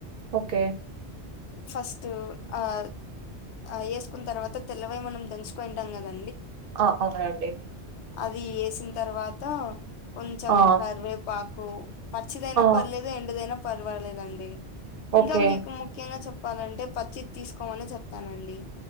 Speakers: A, on the right; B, on the left.
A: ఓకే.
B: ఫస్ట్ ఆహ్ వేసుకున్న తర్వాత తెల్లవయ మనం దంచుకోంటాం కదా.
A: ఆహ్ అవునండి.
B: అది వేసిన తర్వాత కొంచెం
A: ఆ!
B: కరివేపాకు. పచ్చిదైనా
A: ఆ!
B: పర్లేదు ఎండుదైనా పర్వాలేదండి.
A: ఓకే.
B: ఇంకా మీకు ముఖ్యంగా చెప్పాలంటే పచ్చిది తీసుకోమనే చెప్తానండి.